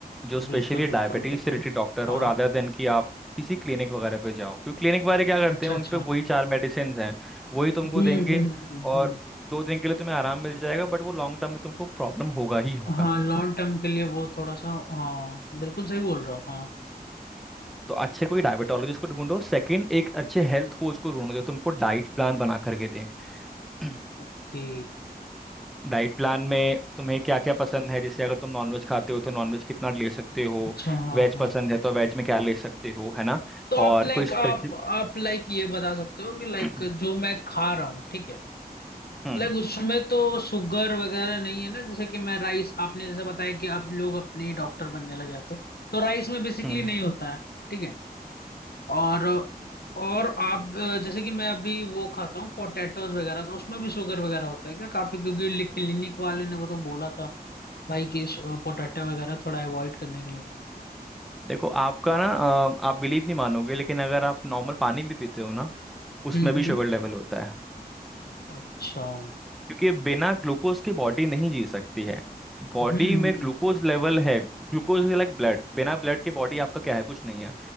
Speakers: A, in the centre; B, on the left.
A: जो स्पेशली
B: बिल्कुल
A: डायबिटीज
B: बिल्कुल बिल्कुल
A: से रिलेटेड डॉक्टर हो
B: हाँ
A: रादर देन कि आप किसी क्लिनिक वगैरह पे जाओ क्योंकि क्लिनिक वाले क्या करते
B: अच्छा
A: हैं
B: अच्छा
A: उन पे वही चार मेडिसिन हैं वही तुमको
B: हम्म
A: देंगे
B: हम्म हम्म हम्म।
A: और दो दिन के लिए तुम्हें आराम मिल जाएगा बट वो लॉन्ग टर्म में तुमको प्रॉब्लम होगा ही होगा
B: हाँ लॉन्ग टर्म के लिए वो थोड़ा सा हाँ बिल्कुल सही बोल रहे हो हाँ
A: तो अच्छे कोई डायबिटोलॉजिस्ट को ढूंढो सेकंड एक अच्छे हेल्थ कोच को ढूंढो जो तुमको डाइट प्लान बना करके दे <clears throat>
B: ओके
A: डाइट प्लान में तुम्हें क्या क्या पसंद है जैसे अगर तुम नॉनवेज खाते हो तो नॉनवेज कितना ले सकते हो
B: अच्छा हाँ
A: वेज
B: हाँ
A: पसंद है तो वेज में क्या ले सकते हो है ना
B: तो आप
A: और
B: लाइक
A: कोई स्पेसिफिक
B: आप आप लाइक ये बता सकते हो कि लाइक
A: <clears throat>
B: जो मैं खा रहा हूँ ठीक है
A: हम्म
B: लाइक उसमें तो शुगर वगैरह नहीं है ना जैसे कि मैं राइस आपने जैसे बताया कि आप लोग अपने ही डॉक्टर बनने लगे थे तो राइस में बेसिकली
A: हम्म
B: नहीं होता है ठीक है और और आप अ, जैसे कि मैं अभी वो खाता हूँ पोटैटोज वगैरह तो उसमें भी शुगर वगैरह होता है क्या काफी क्योंकि क्लिनिक वाले ने वो तो बोला था भाई कि पोटैटो वगैरह थोड़ा अवॉइड करने के लिए
A: देखो आपका ना अ, आप बिलीव नहीं मानोगे लेकिन अगर आप नॉर्मल पानी भी पीते हो ना उसमें
B: हम्म
A: भी
B: हम्म
A: शुगर लेवल होता है
B: अच्छा हम्म
A: क्योंकि बिना ग्लूकोज के बॉडी नहीं जी सकती है बॉडी
B: हम्म
A: में ग्लूकोज लेवल है ग्लूकोज लाइक ब्लड बिना ब्लड के बॉडी आपका क्या है कुछ नहीं है